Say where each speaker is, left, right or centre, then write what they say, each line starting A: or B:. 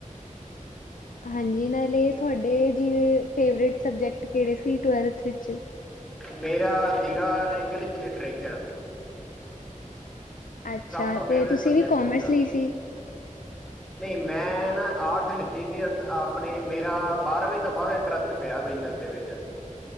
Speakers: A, on the left; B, in the centre.
A: ਹਾਂਜੀ ਨਾਲੇ ਤੁਹਾਡੇ ਜਿਵੇਂ ਫੇਵਰੇਟ ਸਬਜੈਕਟ ਕਿਹੜੇ ਸੀ ਟਵੈਲਥ ਵਿੱਚ?
B: ਮੇਰਾ ਸਿਗਾ ਇਂਗਲਿਸ਼ ਲਿਟਰੇਚਰ
A: ਅੱਛਾ
B: ਸਭ ਤੋਂ ਫੇਵਰੇਟ
A: ਤੇ ਤੁਸੀਂ
B: ਸਬਜੈਕਟ
A: ਵੀ ਕਾਮਰਸ
B: ਸੀਗਾ।
A: ਲਈ ਸੀ
B: ਨਹੀਂ ਮੈਂ ਨਾ ਆਰਟਸ ਲਿੱਤੀ ਸੀ ਆਪਣੇ ਮੇਰਾ ਬਾਰਵੀਂ ਤੋਂ ਬਾਅਦ ਇੰਟਰਸਟ ਪਿਆ ਬਿਜਨਸ ਦੇ ਵਿੱਚ।